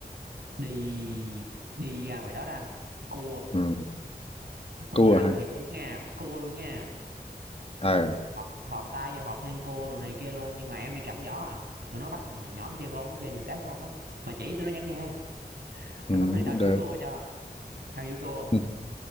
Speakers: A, on the right (about 70°); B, on the left (about 35°).
A: đi đi ra ngoài đó đó anh cua
B: ừ.
A: cua
B: cua
A: là ăn
B: hả
A: thiệt luôn nha cua luôn nha
B: ờ
A: họt họt tay vô họt hang cua đồ này kia luôn nhưng mà em đi cầm giỏ à tụi nó bắt mà nhỏ em chơi khôn nó chơi nhiều cái khôn lắm mà chỉ tụi nó vẫn nghe
B: ừ,
A: nó bắt đi tao
B: cũng
A: giữ
B: được
A: cua cho tao giữ cua
B: ừ.